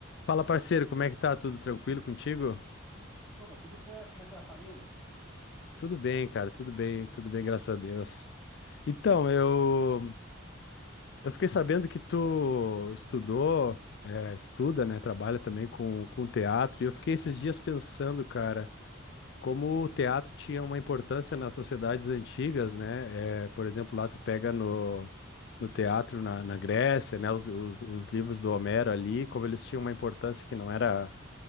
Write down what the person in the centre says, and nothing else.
Opa, tudo certo? Como é que vai a família?